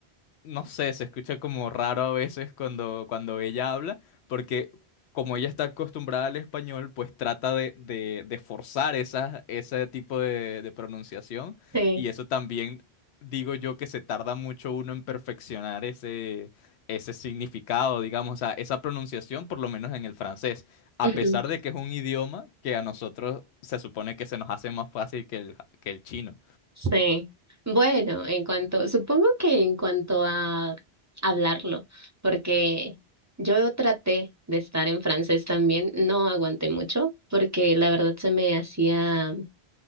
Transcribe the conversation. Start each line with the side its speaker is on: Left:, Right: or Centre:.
Left: no sé, se escucha como raro a veces cuando, cuando ella habla, porque como ella está acostumbrada al español, pues trata de, de- de forzar esa, ese tipo de, de pronunciación
Right: sí.
Left: y eso también digo yo que se tarda mucho uno en perfeccionar ese, ese significado, digamos, o sea, esa pronunciación, por lo menos en el francés, a
Right: ujú,
Left: pesar de que es un idioma que a nosotros se supone que se nos hace más fácil que el, que el chino.
Right: Sí. Bueno, en cuanto, supongo que en cuanto a hablarlo, porque yo traté de estar en francés también, no aguanté mucho, porque la verdad se me hacía,